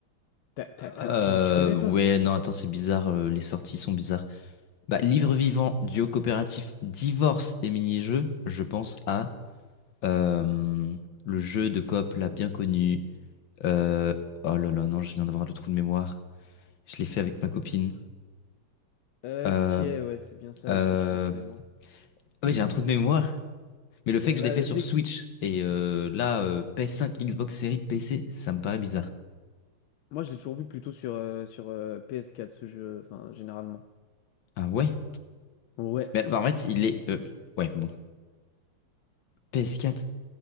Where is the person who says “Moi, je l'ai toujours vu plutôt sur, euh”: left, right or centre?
Left